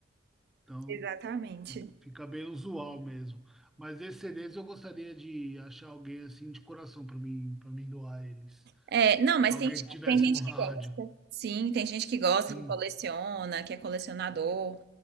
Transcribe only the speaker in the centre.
Então
fi- fica bem usual mesmo. Mas esses CDs eu gostaria de achar alguém assim de coração para mim, para mim doar eles.
Alguém
que tivesse
um rádio.
Sim.